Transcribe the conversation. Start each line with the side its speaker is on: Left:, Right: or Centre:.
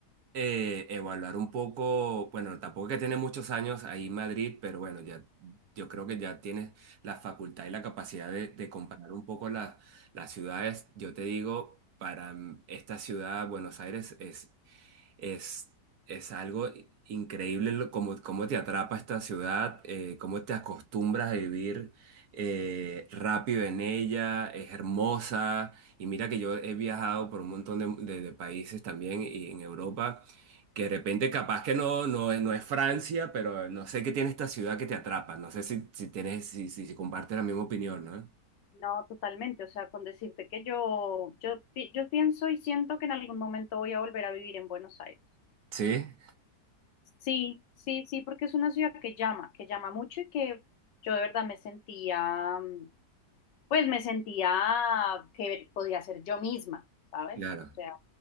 Right: eh, evaluar un poco, bueno, tampoco es que tiene muchos años ahí en Madrid, pero bueno, ya yo creo que ya tienes la facultad y la capacidad de, de comparar un poco las las ciudades. Yo te digo, para mm, esta ciudad, Buenos Aires Es, es algo increíble lo- cómo, cómo te atrapa esta ciudad, eh, cómo te acostumbras a vivir eh, rápido en ella, es hermosa. Y mira que yo he viajado por un montón de, de- de países también y en Europa, que de repente capaz que no, no, es- no es Francia, pero no sé qué tiene esta ciudad que te atrapa. No sé si, si tienes, si, si, si compartes la misma opinión, ¿no?
Left: No, totalmente, o sea, con decirte que yo, yo, pi- yo pienso y siento que en algún momento voy a volver a vivir en Buenos Aires.
Right: Sí,
Left: Sí, sí, sí, porque es una ciudad que llama, que llama mucho y que yo de verdad me sentía, mm, pues me sentía que podía ser yo misma, ¿sabes?
Right: claro.
Left: O sea,